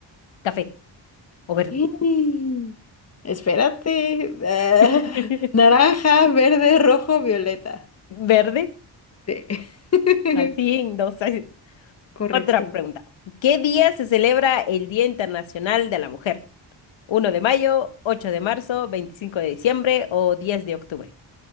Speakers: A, on the left (about 80°); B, on the left (about 35°).
A: Café o verde.
B: ¡Ih! Espérate. ah,
A: <laughs>
B: <laughs> naranja, verde, rojo, violeta.
A: Verde.
B: Sí. <laughs>
A: Al fin, dos. ay.
B: Correcto.
A: Otra pregunta. ¿Qué día se celebra el Día Internacional de la Mujer? Uno de mayo, 8 de marzo, 25 de diciembre o 10 de octubre?